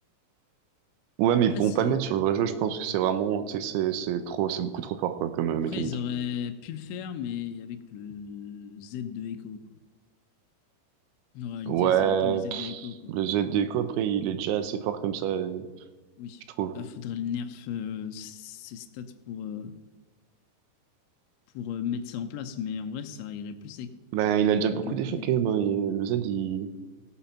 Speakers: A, on the right (about 80°); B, on the left (about 80°).
A: Ouais, mais
B: Après,
A: ils pourront
B: c'est
A: pas le mettre sur le vrai jeu, je pense que c'est vraiment. Tu sais, c'est c'est trop, c'est beaucoup trop fort, quoi, comme euh,
B: Après,
A: mécanique.
B: ils auraient pu le faire, mais avec le Z de Echo, quoi. En réalité,
A: Ouais,
B: c'est un peu le Z
A: pff,
B: de Echo, quoi.
A: le Zdeco, après, il est déjà assez fort comme ça, euh,
B: Oui.
A: je trouve.
B: Bah, faudrait le nerf euh, ses stats pour, euh, pour euh, mettre ça en place, mais en vrai, ça irait plus avec
A: Ben, il a déjà
B: le
A: beaucoup
B: gameplay
A: d'effets
B: d'Echo.
A: quand même, hein. Et le Z, il,